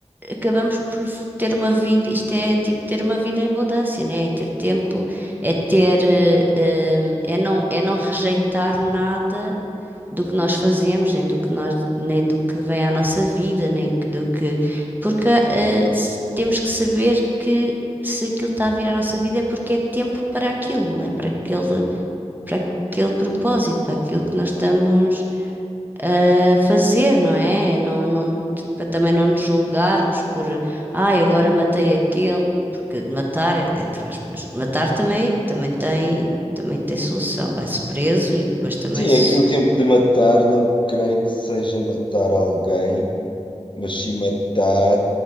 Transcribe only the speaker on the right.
acabamos por f- ter uma vida, isto é tipo ter uma vida em abundância, não é? É ter tempo, é ter, eh, eh, é não, é não rejeitar nada do que nós fazemos, nem do que nós, nem do que vem à nossa vida, nem que- do que. Porque eh, se- temos que saber que se aquilo está a vir à nossa vida é porque é tempo para aquilo, não é? Para aquele, para aquele propósito, para aquilo que nós estamos a fazer, não é? Não, não, para também não nos julgarmos por, ai, agora matei aquele. Porque matar, entre aspas, matar também, também tem, também tem solução. Vai-se preso e depois também
se